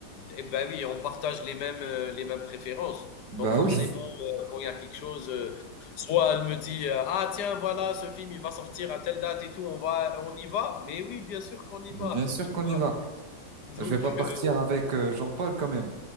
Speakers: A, on the left; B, on the right.
A: et ben oui, on partage les mêmes, heu, les mêmes préférences.
B: Bah
A: Donc forcément,
B: oui,
A: heu, quand il y a quelque chose, heu, soit elle me dit, heu: «Ah tiens, voilà, ce film, il va sortir à telle date et tout, on va on y va?» mais oui, bien sûr qu'on y
B: <laughs>
A: va,
B: mais bien sûr
A: <laughs> tu
B: qu'on
A: vois?
B: y va.
A: Donc
B: Je vais pas partir
A: heu
B: avec euh, Jean-Paul quand même.